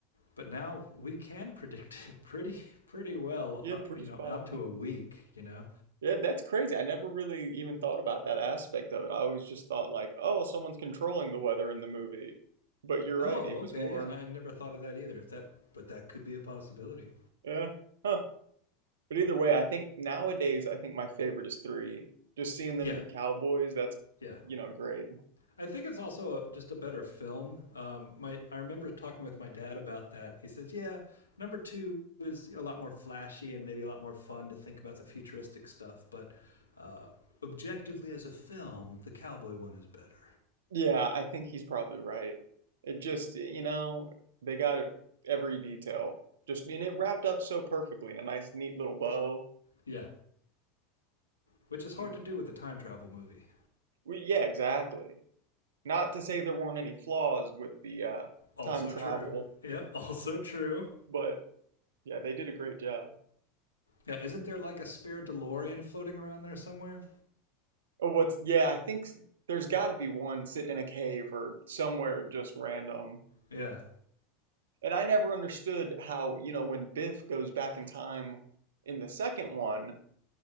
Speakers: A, on the left (about 90°); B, on the right (about 75°).
A: But now we can predict <laughs> it pretty pretty well,
B: yeah,
A: uh,
B: pretty
A: you
B: spot
A: know, out
B: on.
A: to a week. You know,
B: Yeah, that's crazy. I never really even thought about that aspect of it. I always just thought like, oh, someone's controlling the weather in the movie. But you're
A: oh,
B: right, it was
A: okay,
B: more,
A: yeah, and I never thought of that either. If that, but that could be a possibility.
B: yeah, huh. But either way, I think nowadays I think my favorite is three. Just seeing
A: Yeah,
B: them be Cowboys, that's,
A: yeah,
B: you know, great.
A: I think it's also just a better film. Um, my I remember talking with my dad about that. He says, "Yeah, number two is a lot more flashy and maybe a lot more fun to think about the futuristic stuff, but uh, objectively as a film, the cowboy one is better."
B: Yeah, I think he's probably right. It just, you know, they got every detail. Just, and it wrapped up so perfectly in a nice, neat little bow.
A: Yeah, which is hard
B: Mm.
A: to do with a time travel movie.
B: We, yeah, exactly. Not to say there weren't any flaws with the uh,
A: Also
B: time travel,
A: true. Yeah, <laughs> also true.
B: but yeah, they did a great job.
A: Yeah, isn't there like a spare DeLorean floating around there somewhere?
B: Oh, what's, yeah, I think s- there's got to be one sitting in a cave or somewhere just random.
A: Yeah.
B: And I never understood how, you know, when Biff goes back in time in the second one,